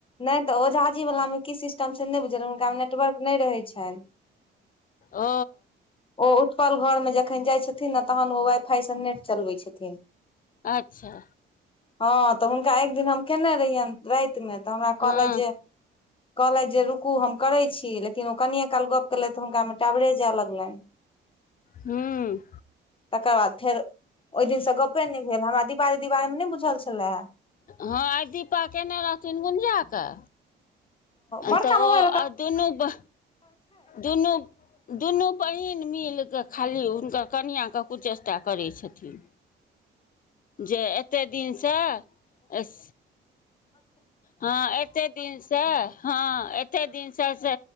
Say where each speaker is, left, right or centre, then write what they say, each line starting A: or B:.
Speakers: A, on the left; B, on the left.
A: नहि तऽ ओझाजी वला मे की सिस्टम से नहि बुझल हुनका मे नेटवर्क नहि रहैत छनि
B: ओ
A: ओ उप्पर घरमे जखन जाइ छथिन ने तहन ओ वाइ फाइ से नेट चलबै छथिन
B: अच्छा
A: हँ तऽ हुनका एक दिन हम कैनै रहिऐन राति मे तऽ हमरा कहलथि
B: हँ
A: जे कहलथि जे रूकू हम करै छी लेकिन ओ कनिये काल गप्प केलथ तऽ हुनका में टावरे जाय लगलनि
B: हुँ
A: तकर बाद फेर ओहि दिन सँ गपे नहि भेल हमरा दीपा दीदी के बारे में नै बुझल बुझल छलै
B: हँ आइ दीपा कयने रहथिन गुंजा कऽ आ
A: बड़का
B: तऽ
A: मोबाइल
B: ओ आ दुनू ब दुनू दुनू बहिन मिल कऽ खाली हुनकर कनिआँ के कुचष्टा करैत छथिन
A: <inaudible>
B: जे एते दिन से एस हँ एतै दिन सँ ह ए एते दिन से से